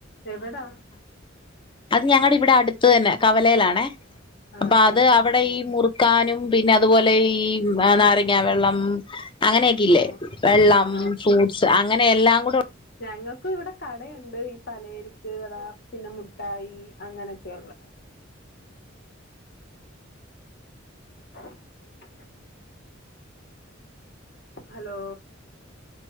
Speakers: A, on the left; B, on the left.
A: എവിടാ
B: അത് ഞങ്ങടെ ഇവിടെ അടുത്ത് തന്നെ കവലയിലാണേ
A: ആഹ്
B: അപ്പൊ അത്
A: ആഹ്
B: അവ അവിടെ ഈ മുറുക്കാനും പിന്നെ അതുപോലെ ഈ നാരങ്ങ വെള്ളം അങ്ങനെയൊക്കെ ഇല്ലേ
A: ആഹ്
B: വെള്ളം
A: ആഹ്
B: ഫ്രൂട്ട്സ് അങ്ങനെ എല്ലാം കൂടെ
A: ഞങ്ങൾക്ക് ഇവിടെ കടയുണ്ട് ഈ പല ചെരക്ക്കട പിന്നെ മുട്ടായി അങ്ങനെയൊക്കെയ ഉള്ള <unintelligible> ഹലോ